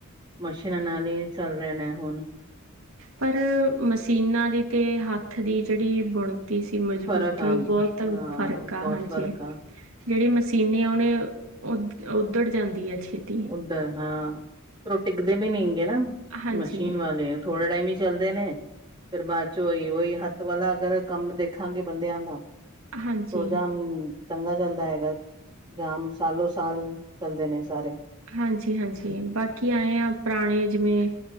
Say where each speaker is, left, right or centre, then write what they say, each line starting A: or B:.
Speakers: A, on the right; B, on the right.
A: ਮਸ਼ੀਨਾਂ ਨਾਲ ਹੀ ਚੱਲ ਰਹੇ ਨੇ ਹੁਣ।
B: ਪਰ ਮਸ਼ੀਨਾਂ ਦੀ ਅਤੇ ਹੱਥ ਦੀ ਜਿਹੜੀ ਬੁਣ ਤੀ ਸੀ ਮਜ਼ਬੂਤੀ
A: ਫ਼ਰਕ ਆ
B: ਉਹ ਬਹੁਤ
A: ਹਾਂ
B: ਫ਼ਰਕ ਆ,
A: ਬਹੁਤ
B: ਹਾਂਜੀ।
A: ਫ਼ਰਕ ਆ
B: ਜਿਹੜੀ ਮਸ਼ੀਨੀ ਆਉਣੀ ਉੱਧੜ ਜਾਂਦੀ ਆ ਛੇਤੀ
A: ਉੱਧਰ ਹਾਂ ਪਰ ਉਹ ਟਿੱਕਦੇ ਵੀ ਨਹੀਂ ਹੇਗੇ ਨਾ
B: ਹਾਂਜੀ
A: ਮਸ਼ੀਨ ਵਾਲੇ, ਥੋੜਾ ਟਾਈਮ ਹੀ ਚੱਲਦੇ ਨੇ। ਫਿਰ ਬਾਅਦ ਚੋਂ ਉਹੀ ਉਹੀ ਹੱਥ ਵਾਲਾ ਅਗਰ ਕੰਮ ਦੇਖਾਂਗੇ ਬੰਦਿਆਂ ਦਾ।
B: ਹਾਂਜੀ
A: ਤ <unintelligible> ਜਮ, ਚੰਗਾ ਚੱਲਦਾ ਹੈਗਾ, ਕੰਮ ਸਾਲੋ ਸਾਲ ਚੱਲਦੇ ਨੇ ਸਾਰੇ।
B: ਹਾਂਜੀ-ਹਾਂਜੀ, ਬਾਕੀ ਆਏ ਹਾਂ ਪੁਰਾਣੇ ਜਿਵੇਂ,